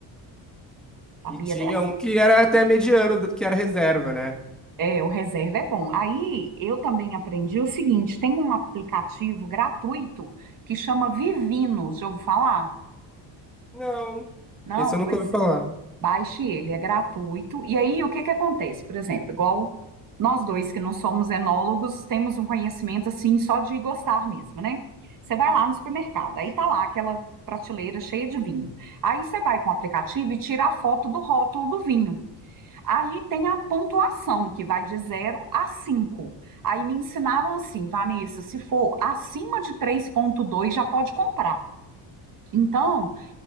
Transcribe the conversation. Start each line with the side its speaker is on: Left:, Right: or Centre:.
Right: Sabia
Centre: E tinha
Right: dessa?
Centre: um que era até mediano, que era reserva, né?
Right: É, o reserva é bom. Aí eu também aprendi o seguinte: tem um aplicativo gratuito que chama Vivinos, já ouviu falar?
Centre: Não,
Right: Não,
Centre: esse eu nunca
Right: pois
Centre: ouvi falar.
Right: Baixe ele, é gratuito. E aí, o que que acontece? Por exemplo, igual nós dois que não somos enólogos, temos um conhecimento assim só de gostar mesmo, né? Você vai lá no supermercado, aí tá lá aquela prateleira cheia de vinho. Aí você vai com o aplicativo e tira a foto do rótulo do vinho. Aí tem a pontuação, que vai de zero a cinco Aí me ensinaram assim, Vanessa, se for acima de três ponto dois já pode comprar. Então,